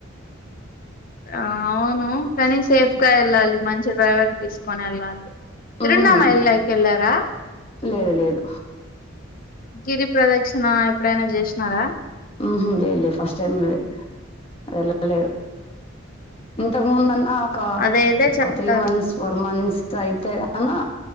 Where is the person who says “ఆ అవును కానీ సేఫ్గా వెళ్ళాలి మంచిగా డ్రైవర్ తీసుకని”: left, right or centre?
Left